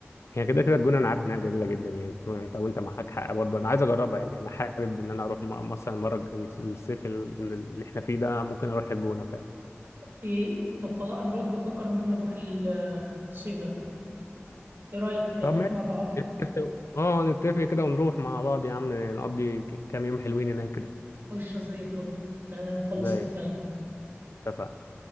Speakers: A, on the left (about 80°); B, on the right (about 60°).
A: هي كده كده الجونه انا عارف انها جميله جدا يعني انت وانت معاك حق برضه انا عايز اجربها يعني انا حابب ان انا اروح م- مثلا مره الج- الصيف ال- اللي احنا فيه ده ممكن اروح الجونه فعلا
B: ايه طب خلاص انا برضو بفكر ان انا اروح ال- الصيف ده ايه رايك
A: طب
B: نروح
A: ماشي
B: مع بعض
A: نتفق- اه نتفق كده ونروح مع بعض يا عم نقضي ك- كام يوم حلوين هناك كده
B: قشره زي الفل تمام خلاص
A: زي
B: اتفقنا
A: اتفقنا